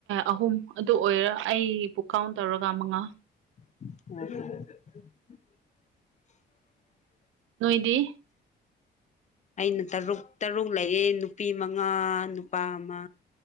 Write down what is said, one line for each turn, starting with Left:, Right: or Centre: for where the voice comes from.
Right: ꯑꯍꯨꯝ ꯑꯗꯨ ꯑꯣꯏꯔ ꯑꯩ ꯕꯨꯀꯥꯎ ꯇꯧꯔꯒ ꯃꯉꯥ
Left: ꯑ
Right: ꯅꯣꯏꯗꯤ
Left: ꯑꯩꯅ ꯇꯔꯨꯛ ꯇꯔꯨꯛ ꯂꯩꯌꯦ ꯅꯨꯄꯤ ꯃꯉꯥ ꯅꯨꯄꯥ ꯑꯃ